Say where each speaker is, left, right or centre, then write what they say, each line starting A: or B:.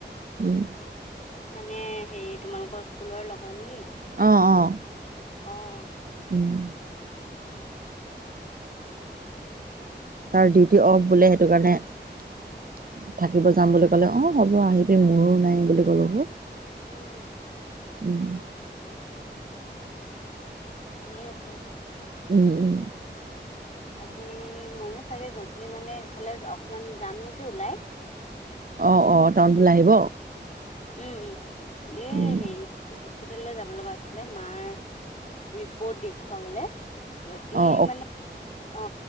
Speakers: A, on the right; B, on the left.
A: উম।
B: মানে হেৰি তোমালোকৰ স্কুলৰ লগৰ নেকি।
A: আহ আহ।
B: আহ।
A: উম তাৰ ডিউটি অফ বোলে, সেইটো কাৰণে থাকিব যাম বুলি ক'লে, অ, হ'ব আহিবি মোৰো নাই বুলি ক'লো ক
B: উম
A: উম
B: ভালে আছে
A: উম-উম
B: আজি মইয়ো চাগে গধূলি মানে সেইফালে অকমান যাম নেকি ওলাই
A: অ-অ, টাউন ফালে আহিব।
B: উম-উম, এ
A: উম,
B: হেৰি তেতিয়া হ'লে যাব লগা আছিলে, মাৰ ৰিপৰ্ট দেখুৱালে। যদি
A: অ', অ',
B: মানে, অ